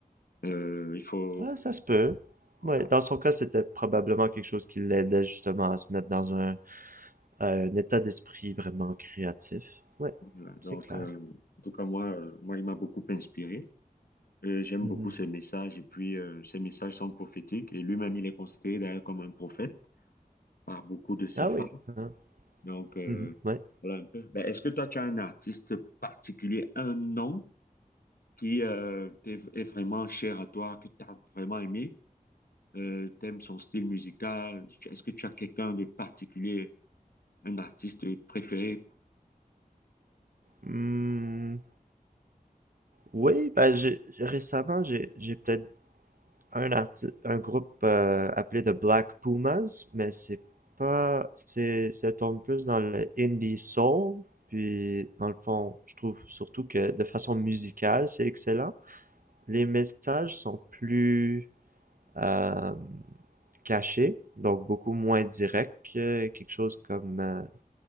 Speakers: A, on the left (about 85°); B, on the right (about 70°).
A: Euh, il faut,
B: ah, ça se peut.
A: voilà.
B: Ouais, dans son cas, c'était probablement quelque chose qui l'aidait justement à se mettre dans un, un état d'esprit vraiment créatif. Ouais,
A: Voilà. Donc,
B: c'est clair.
A: euh, en tout cas, moi, euh, moi, il m'a beaucoup inspiré. Euh, j'aime
B: Mhm.
A: beaucoup ses messages, et puis euh, ses messages sont prophétiques, et lui-même, il est considéré d'ailleurs comme un prophète par beaucoup de ses
B: Ah
A: fans.
B: oui, hein.
A: Donc, euh,
B: Mhm. Ouais.
A: voilà un peu. Ben, est-ce que toi, tu as un artiste particulier, un nom? qui euh, t'est- est vraiment cher à toi, que tu as vraiment aimé, euh, t'aimes son style musical. Est-ce que tu as quelqu'un de particulier, un artiste préféré?
B: Hmm, oui, ben j'ai j'ai- récemment j'ai j'ai peut-être un arti- un groupe euh, appelé The Black Pumas, mais c'est pas c'est ça tombe plus dans le indie soul, puis dans le fond, je trouve surtout que de façon musicale, c'est excellent. Les messages sont plus euh, cachés, donc beaucoup moins directs que quelque chose comme euh,